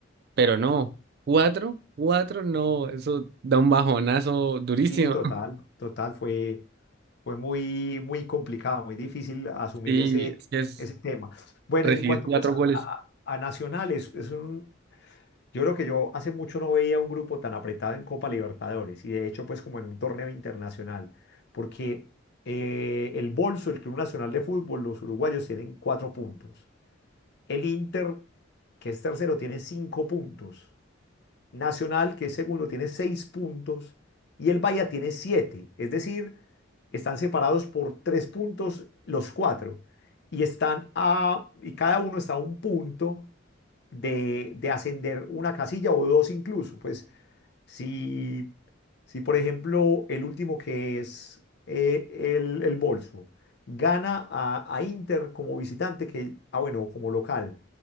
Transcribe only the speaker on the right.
pero no, cuatro, cuatro, no, eso da un bajonazo durísimo.
Sí,
es que es
recibir
cuatro
goles.